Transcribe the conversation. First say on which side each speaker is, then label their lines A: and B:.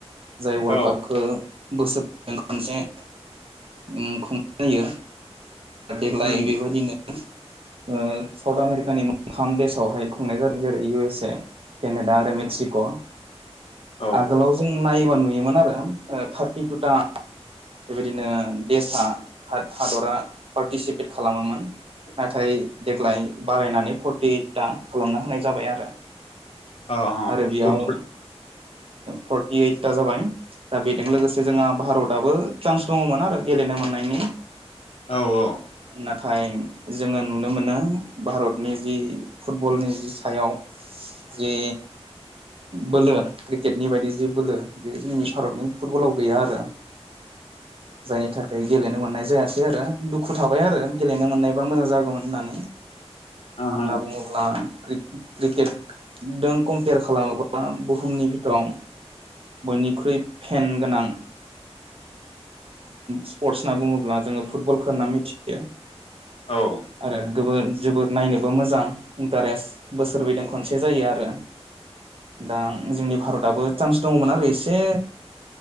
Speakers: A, on the right; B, on the left.
A: जाय वर्ल्ड
B: औ
A: कापखो बोसोरजों खनसे उम खुंनाय जायो। देग्लाय
B: उम
A: बेबायदिनो ओ साउथ आमेरिकानि मोनथाम देशावहाय खुंनाय जादों जेरै इउ एस ए केनेडा आरो मेक्सिक'
B: औ
A: आगोलाव जों नायोबा नुयोमोन आरो थार्टि तुथा बेबायदिनो देसा हादरा पार्टिसिपेट खालामोमोन नाथाय देग्लाय बारायनानै फुरति इयोतता खालामना होनाय जाबाय आरो
B: अ ह
A: आरो बेयाव
B: फुटबल
A: फर्टि ओइथा जाबाय दा बेजों लोगोसे जोंहा भारतआो चान्स दङमोन आरो गेलेनो मोननायनि
B: औ औ
A: नाथाय जोङो नुनो मोनो भारतनि जि फुटबलनि जि सायाव जि बोलो क्रिकेटनि बायदि जे बोलो बे जोंनि भारतनि फुटबलाव गैया आरो जायनि थाखाय गेलेनो मोननाय जायासै आरो दुखु थाबाय आरो गेलेनो मोननायबा मोजां जागौमोन होननानै मा
B: अ
A: होनना
B: ह
A: बुंङोब्ला क्रिकेटदों कम्पेयार खालामोब्ला बुहुमनि बिथोराव बयनिख्रुइ फेन गोनां स्पर्टस होनना बुङोब्ला जोङो फुटबलखौ होनना मिथियो
B: औ
A: आरो जोबोर नायनोबो मोजां इन्टारेस्ट बोसोरबैदों खनसे जायो आरो दा जोंनि भारतआो चान्स दङमोन आरो एसे